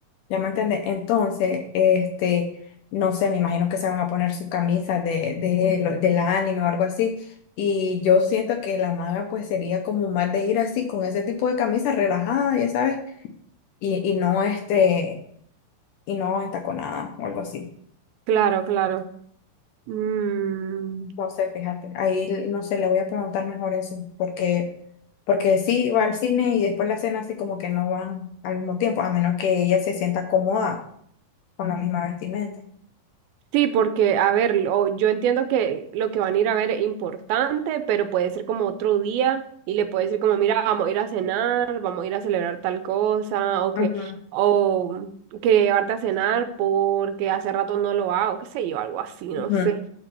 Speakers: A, on the left (about 80°); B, on the right (about 80°).
A: ¿Ya me entiendes? Entonces, este, no sé, me imagino que se van a poner sus camisas de, de, lo- del anime o algo así. Y yo siento que la maga, pues, sería como más de ir así, con ese tipo de camisa relajada, ya sabes, y, y no este, y no entaconada o algo así.
B: claro, claro. Mm,
A: No sé, fíjate, ahí l- no sé, le voy a preguntar mejor eso, porque, porque sí va al cine y después la cena así como que no van al mismo tiempo, a menos que ella se sienta cómoda con la misma vestimenta.
B: Sí, porque, a ver, o yo entiendo que lo que van a ir a ver es importante, pero puede ser como otro día y le puede decir como, mira, vamos a ir a cenar, vamos a ir a celebrar tal cosa, o que,
A: Ujú, ujú,
B: o quería llevarte a cenar porque hace rato no lo hago, qué sé yo, algo así, no
A: ujú.
B: sé.